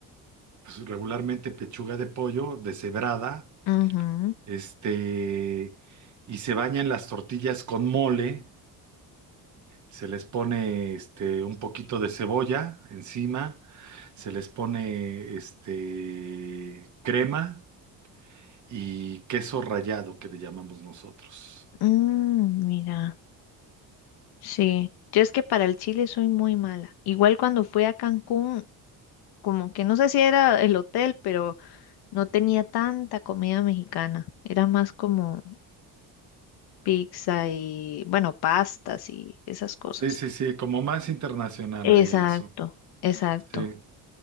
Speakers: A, on the right; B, on the left.
A: pues regularmente pechuga de pollo deshebrada
B: Ujú.
A: este, y se bañan las tortillas con mole, se les pone este, un poquito de cebolla encima, se les pone este, crema y queso rallado que le llamamos nosotros.
B: Mm, mira, sí. Yo es que para el chile soy muy mala. Igual cuando fui a Cancún. como que no sé si era el hotel, pero no tenía tanta comida mexicana. Era más como pizza y, bueno, pastas y esas cosas.
A: Sí, sí, sí, como más internacional
B: Exacto,
A: ahí el asunto.
B: exacto.
A: Sí,